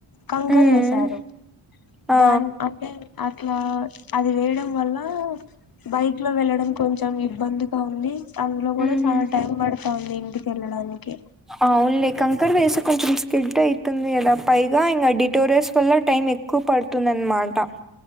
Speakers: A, on the left; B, in the centre.
A: కంకర్
B: మ్మ్
A: వేశారు
B: ఆ
A: దాన్ అంటె అట్లా అది వేయడం వల్లా బైక్ లో వెళ్ళడం కొంచెం ఇబ్బంది కావులీ అందులో గూడా
B: మ్మ్
A: చాలా టైం బడుతోంది ఇంటి వెళ్ళడానికి
B: అవునులే కంకర్ వేసి కొంచెం స్కిడ్ అయితుంది కదా పైగా ఇంగ డిటోరియాస్ వల్ల టైం ఎక్కువ పడుతుంది అనమాట